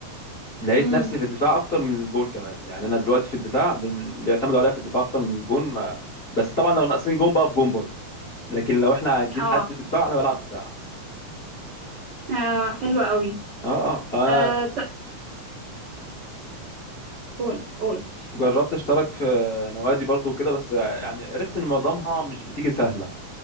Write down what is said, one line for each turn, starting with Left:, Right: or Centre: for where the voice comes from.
Left: لقيت
Right: امم
Left: نفسي في الدفاع اكتر من الجون كمان يعني انا دلوقتي في الدفاع بن- بيعتمدوا عليا في الدفاع اكتر من الجون ما بس طبعا لو ناقصين جون بقى في جون برضه لكن لو احنا عايزين
Right: اه
Left: حد في دفاع انا بلعب دفاع احسن
Right: آه، حلوة قوي
Left: اه اه انا
Right: آه ت- قول قول
Left: جربت اشترك في نوادي برضه وكده بس يعني عرفت ان معظمها مش بتيجي سهله